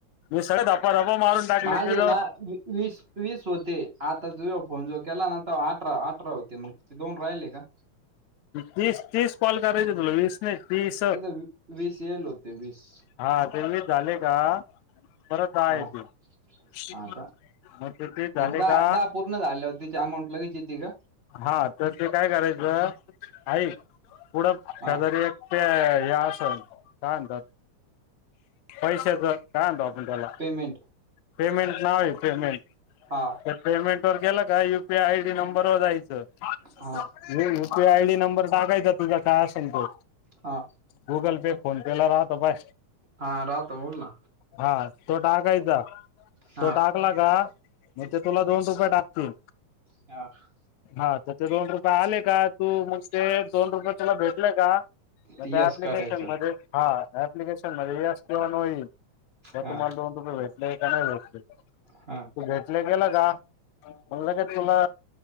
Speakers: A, on the left; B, on the right.
A: मी सगळे धपा धपा मारून टाकले
B: माझे
A: ते
B: ना वीस वीस होते आता तुझ फोन जो केला नंत अठरा अठरा होते मग ते दोन राहिले का?
A: तीस तीस कॉल करायच तुला वीस तीस.
B: तिथं वीस येईल होते वीस
A: हा ते मी झाले का? परत आहे
B: हा
A: आहे ते
B: हा का
A: मग ते तेच झाले
B: दहा
A: का?
B: दहा पूर्ण झाल्यावर त्याची अमाऊंट लगेच येते का
A: हा तर ते काय करायचं आयिक पुढं शेजारी
B: हा
A: ते हे असे कातात पैसेच कायत आप आपण त्याला
B: पेमेंट
A: पेमेंट नाव ये पेमेंट.
B: हा
A: तर पेमेंट वर गेलं का युपीआय आयडी नंबरवर जायचं.
B: हा
A: युपीआय आयडी नंबर टाकायचा तुझा काय असेल तो
B: हा
A: गुगल पे फोन पेला राहतो बा
B: हा राहतो बोल ना
A: हा तो टाकायचा
B: हा
A: तो ट टला का मग ते तुला दोन रुपये टाकतील.
B: ह
A: हा तर ते दोन रुपये आले का तू मग ते दोन रुपये त्याला भेटलेय का? म
B: ते
A: त्या
B: यस
A: प्लिकेशन
B: करायचं
A: मध्ये हा प्लिकेशन मध्ये यस किव नो येईल. म
B: हा
A: तुम्हाला दोन रुपये भेटले का नाही भेटले
B: हा
A: तू भेटले गेला का? मग तुला